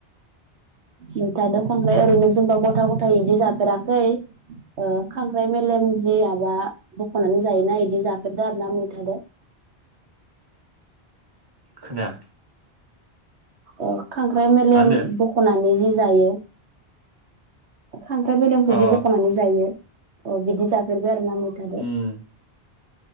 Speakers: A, on the right; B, on the right.
A: मैथादो खांख्राय ओरैनो जेनबा गथा गथा इदि जाफेराखै ओ खांख्राय मेलेम जि जाबा बख'नानै जायोना इदि जाफेरदो आरोना मैथादो
B: खोनाया
A: ओ खांख्राइ मेलेम
B: मा होनदो
A: बख'नानै जि जायो। खांख्राइ मेलेखौ
B: अ
A: जि बख'नानै जायो अ बिदि जाफेरबाय आरो ना मैथादो।
B: उम